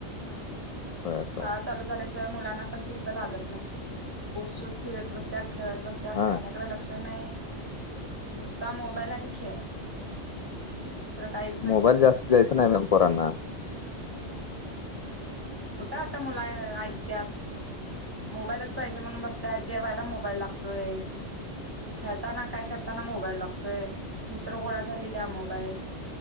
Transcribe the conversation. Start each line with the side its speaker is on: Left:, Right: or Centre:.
Left: बर
Right: शाळा
Left: बर
Right: चालू झाल्याशिवाय मुलांना पण शिस्त लागत नाही उठ-सुट फिरत बसत्यात, खेळत बसत त्यात
Left: हा
Right: खाण्याकडे लक्ष नाही, नुसता मोबाईल आणि खेळ. दुसरं काही
Left: मोबाईल जास्त जायचं नाही मग पोरांना.
Right: कुठं आता मुला ऐकतात. मोबाईलच पाहिजे म्हणून बसत्या जेवायला मोबाईल लागतोय. खेळताना काय करताना मोबाईल लागतोय मित्र गोळा झाली द्या मोबाईल.